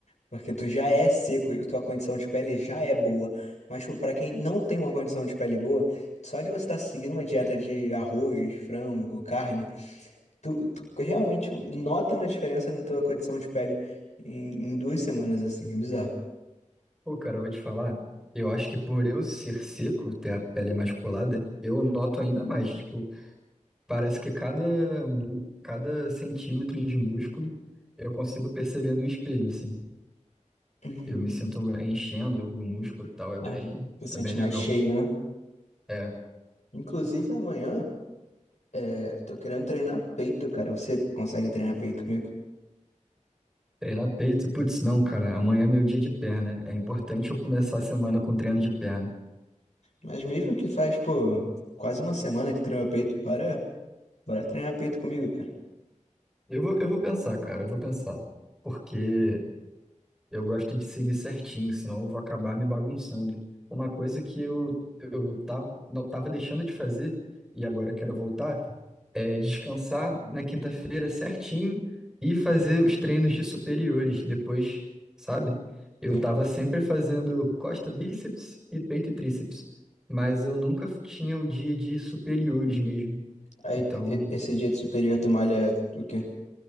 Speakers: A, on the left; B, in the centre.
A: porque tu já é seco, e tua condição de pele já é boa. Mas, tipo, pra quem não tem uma condição de pele boa, só de você estar seguindo uma dieta de arroz, frango, carne, Tu, tu realmente nota uma diferença na tua condição de pele em, em duas semanas, assim, é bizarro.
B: Pô, cara, eu vou te falar, eu acho que por eu ser seco, ter a pele mais colada, eu noto ainda mais, tipo, Parece que cada, mu- cada centímetro de músculo eu consigo perceber no espelho, assim.
A: Hum,
B: Eu me sinto enchendo o músculo e tal, é
A: ah,
B: bem,
A: tu sente
B: é bem legal.
A: mais cheio, né?
B: É,
A: Inclusive amanhã, é, tô querendo treinar peito, cara. Você consegue treinar peito comigo?
B: treinar peito, putz, não, cara, amanhã é meu dia de perna. É importante eu começar a semana com treino de perna.
A: Mas mesmo que faz, pô, quase uma semana que treina peito, para, bora treinar peito comigo, cara.
B: Eu vou, eu vou pensar, cara, eu vou pensar. porque Eu gosto de seguir certinho, senão eu vou acabar me bagunçando. Uma coisa que eu, eu tava, não, tava deixando de fazer e agora quero voltar é descansar na quinta-feira certinho e fazer os treinos de superiores depois, sabe? Eu
A: Sim.
B: tava sempre fazendo costa, bíceps e peito e tríceps, mas eu nunca tinha o dia de superiores mesmo.
A: Aí
B: Então,
A: t- e- esse dia de superior tu malha o quê?